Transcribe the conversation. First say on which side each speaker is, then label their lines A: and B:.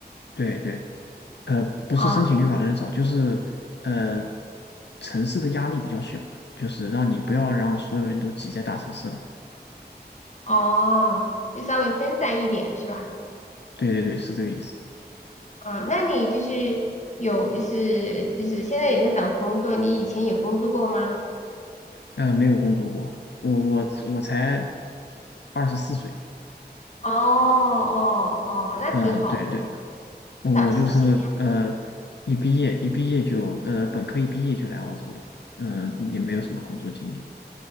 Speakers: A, on the left; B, on the left.
A: 对对，呃，不是申请绿卡的人少，
B: 哦
A: 就是呃，城市的压力比较小，就是让你不要让所有人都挤在大城市了。
B: 哦，就稍微分散一点是吧？
A: 对对对，是这个意思。
B: 啊，那你就是有就是就是现在也在找工作，你以前有工作过吗？
A: 呃，没有工作过，我我我才二十四岁。
B: 哦哦哦，那挺好的，
A: 嗯，对对，我就是呃，
B: 找实习。
A: 一毕业一毕业就呃，本科一毕业就来澳洲了。嗯、也没有什么工作经历。